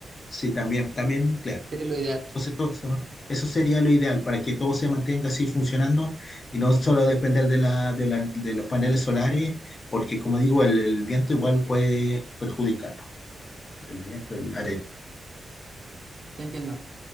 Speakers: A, on the left; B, on the right.
A: sí, también, también nuclear.
B: sería lo ideal,
A: Entonces, todo eso, eso sería lo ideal para que todo se mantenga así funcionando y no solo depender de, la, de, la- de los paneles solares, porque como digo, el, el viento igual puede perjudicarnos, el viento, el arena.
B: te entiendo.